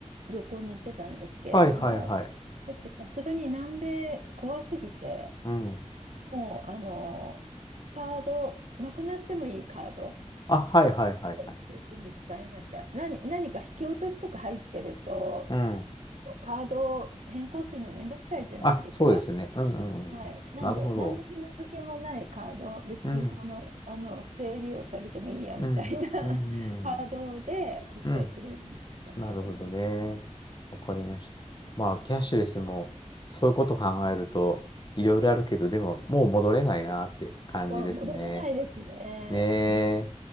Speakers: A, on the right (about 70°); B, on the left (about 35°).
A: 旅行に行ってたんですけれども、
B: はいはいはい。
A: ちょっとさすがに南米怖すぎて、
B: うん。
A: もう、あの、カード、なくなってもいいカード
B: あ、はいはいはいはい。
A: を中心に使いました。何、何か引き落としとか入ってると、
B: うん。
A: カードを変更するのめんどくさいじゃないですか。
B: あ、そうですね。うんうんうん。
A: はい。なんで、
B: なるほど。
A: 何の紐付けもないカード、別にこの、
B: うん。
A: あの、不正利用されてもいいやみたいな
B: うん。
A: <laughs>
B: うん。
A: カードで決済するようにしましたけどね。
B: うん。なるほどね。わかりました。まあ、キャッシュレスも、そういうこと考えると、いろいろあるけど、でも、もう戻れないなって感じですね。
A: もう戻れないですね。
B: ねえ。
A: もう